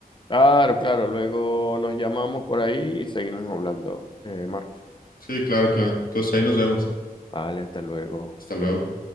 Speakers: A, on the left; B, on the left.
A: Claro, claro. Luego nos llamamos por ahí y seguimos hablando, eh, Marco.
B: Sí, claro, claro. Entonces ahí nos vemos.
A: Vale, hasta luego.
B: Hasta luego.